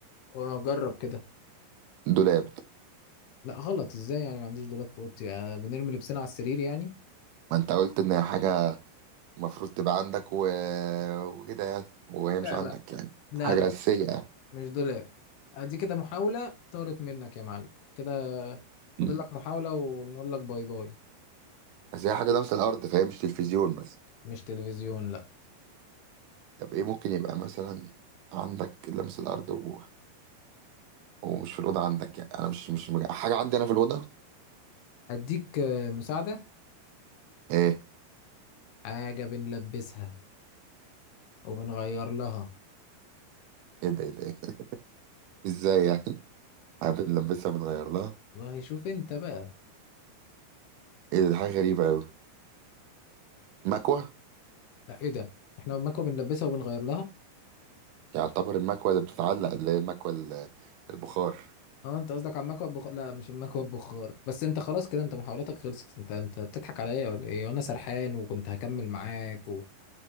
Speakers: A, on the left (about 75°); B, on the right (about 80°).
A: واجرب كده
B: دولاب
A: لا غلط ازاي يعني ما عنديش دولاب في اوضتي آه، بنرمي لبسنا على السرير يعني
B: ما انت قلت ان هي حاجه المفروض تبقى عندك و... وكده يعني وهي مش
A: لا
B: عندك
A: لا
B: يعني
A: لا
B: حاجه
A: لا
B: اساسيه يعني
A: مش دولاب ادي كده محاولة طارت منك يا معلم كده فاضل
B: مم.
A: لك محاولة ونقول لك باي باي
B: بس هي حاجه لمس الارض فهي مش تلفزيون مثلا
A: مش تلفزيون لا
B: طب ايه ممكن يبقى مثلا عندك لمس الارض و... ومش في الاوضه عندك يعني انا مش مش مجا... حاجه عندي انا في الاوضه
A: اديك آه، مساعدة
B: ايه
A: حاجة بنلبسها وبنغير لها
B: ايه ده ايه ده إيه ده؟ ازاي يعني <laughs> عارف نلبسها بنغير لها
A: والله شوف انت بقى
B: ايه ده دي حاجه غريبه قوي مكوه
A: لا ايه ده احنا المكوة بنلبسها وبنغير لها
B: يعتبر المكوة اللي بتتعلق اللي هي المكوة ال- البخار
A: اه انت قصدك على المكوى بخ... لا مش المكوى بخار بس انت خلاص كده انت محاولاتك خلصت انت انت بتضحك عليا ولا ايه وانا سرحان وكنت هكمل معاك